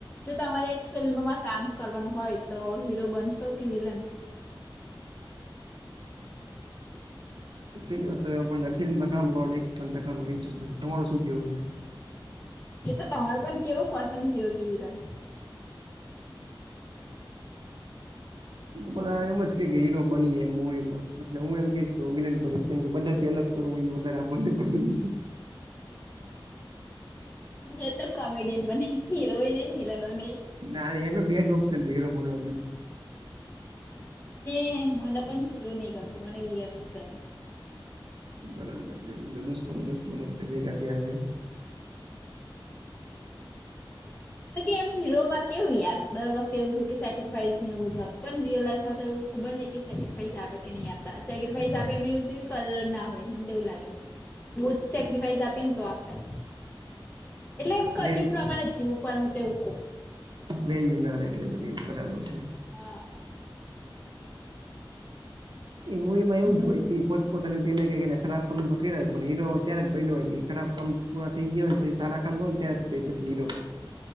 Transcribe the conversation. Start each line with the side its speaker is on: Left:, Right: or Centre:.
Left: જો તમારે એક ફિલ્મમાં કામ કરવાનું હોય તો હીરો બનશો કે વિલન?
Right: પેલી વાત તો આપને ફિલ્મમાં કામ કરવા એક ટ ન ઇન્ટસ્ટ નથી તમાર શું કેવું છે?
Left: એ તો તમારે પણ કેવું પડશે ને હીરો કેવીધને.
Right: બધા એમ જ કે હીરો બનીએ એ મવીમાં એટલે હું એમ કહીશ કે હું વિલન બનીશ કેમ કે બધા થી અલગ. કરવો એ વધારે આપણને પસંદ છે.
Left: મે તો કોમેડિન બને હિરોઈન એ મિલન ન.
Right: ના એમનો બેજ ઓપ્શન છે હીરો બન.
Left: મે મને પણ હિરો નહીં ગમતોું મને વિગના છે ગમે.
Right: બરાબર છે બધા દુસપનો દુસપનો ભેગા થયા છે.
Left: એટલે કે એમ હીરોમાં કેવું યાર દર વખતે એવું છે કે સેક્રીફાઈસ ને એવું બધું પણ રયલ લાઈફ માં તોવું ખબર નહ કે સેકાઈઝ આપે કે નહી આપતા સેકફાઈ આપ એમ કલર ના હોય મનેવું લાગે. હ <unintelligible> બહુ જ સેક્રિફાઈસ આપીએને તો આપડે, એટલે એમ કરીમાણે
Right: વેલ
Left: જીવું પણ હું તો એવુ કવ.
Right: વેલ્યુ ના રહેે એટલે બધી એમ બરાબર છે.
Left: હા.
Right: એ મુૂવીમાં
Left: પછી
Right: એવું જ હોય કે પોતપોતાનીતે એને કને ખરાબ કામ તો કરીય પણ હીરો ત્યારે જ બને હોય ખરાબ કામ પૂરા થઈ ગયા પછી સારા કામ કરો ને ત્યારે પછી હીરો.